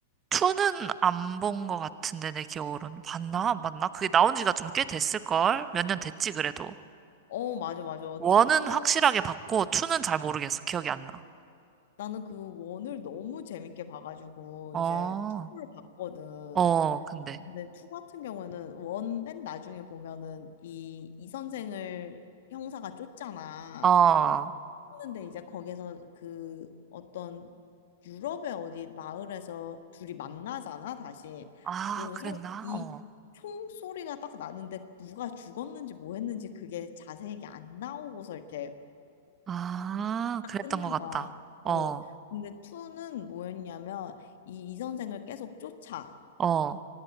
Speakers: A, on the right (about 25°); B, on the left (about 60°).
A: 투는 안 본 거 같은데, 내 기억으로는. 봤나? 안 봤나? 그게 나온 지가 좀 꽤 됐을걸? 몇 년 됐지, 그래도.
B: 어, 맞아, 맞아.
A: 원은
B: 투도
A: 확실하게 봤고, 투는잘 모르겠어. 기억이 안 나.
B: 나는 그 원을 너무 재밌게 봐가지고
A: 어,
B: 이제 투를 봤거든.
A: 어, 근데.
B: 근데 투 같은 경우에는 원 맨 나중에 보면은 이 이 선생을 형사가 쫓잖아.
A: 어,
B: 근데 이제 거기서 그 어떤 유럽의 어디 마을에서 둘이 만나잖아 다시.
A: 아,
B: 그러면서
A: 그랬나?
B: 이
A: 어.
B: 총소리가 딱 나는데 누가 죽었는지 뭐 했는지 그게 자세하게 안 나오고서 이렇게
A: 아,
B: 딱
A: 그랬던
B: 끝난
A: 것 같다.
B: 거야.
A: 어,
B: 어. 근데 투는 뭐였냐면 이 이선생을 계속 쫓아.
A: 어,